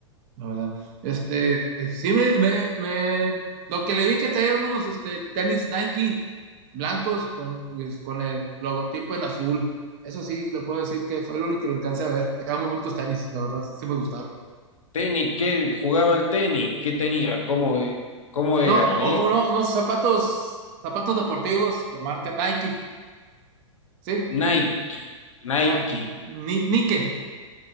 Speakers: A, on the right (about 40°); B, on the left (about 80°).
A: la verdad. Este, sí me, me, me- lo que le vi que traía unos este, tenis Nike blancos con, pues, con el logotipo en azul. Eso sí, le puedo decir que fue lo único que alcancé a ver. Quedan muy bonitos tenis, la verdad, sí, sí me gustaron.
B: tenis, ¿qué jugaba el tenis? ¿Qué tenía? ¿Cómo, cómo era?
A: No, o,
B: Tenía
A: o- o no, unos zapatos, zapatos deportivos de marca Nike, sí,
B: Nike,
A: eh,
B: Nike.
A: Nike, Ni- Nike,